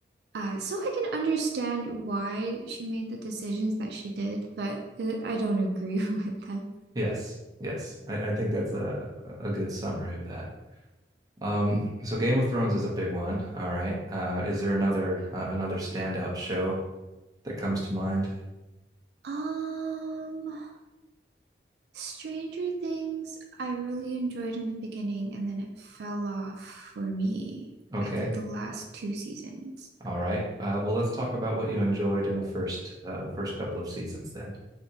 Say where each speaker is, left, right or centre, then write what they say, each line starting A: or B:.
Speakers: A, on the right; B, on the right.
A: Uh, so I can understand why she made the decisions that she did, but uh, I don't agree <laughs> with them.
B: Yes. Yes. I, I think that's a, a good summary of that. Um, so Game of Thrones is a big one. All right. Uh, is there another uh, another standout show that comes to mind?
A: Um, Stranger Things, I really enjoyed in the beginning and then it fell off for me.
B: Okay.
A: I think the last two seasons.
B: All right. Uh, well, let's talk about what you enjoyed in the first uh, the first couple of seasons then.